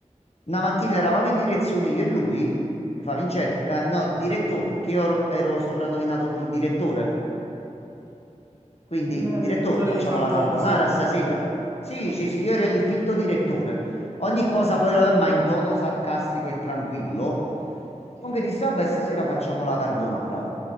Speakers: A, on the left; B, on the right.
A: Una mattina eravamo in direzione io e lui, mi fa Vince, eh, no, direttore, perché io ero, ero soprannominato il direttore.
B: Sì.
A: Quindi,
B: Il mega
A: direttore,
B: direttore
A: facciamo
B: di Fantozzi.
A: la carbonara stasera. Sì,
B: Eh,
A: sì, sì, io ero il finto direttore. Ogni cosa
B: sì,
A: poi lo è, ma in tono sarcastico e tranquillo.
B: sì.
A: Comunque dissi, vabbè, stasera facciamo la carbonara.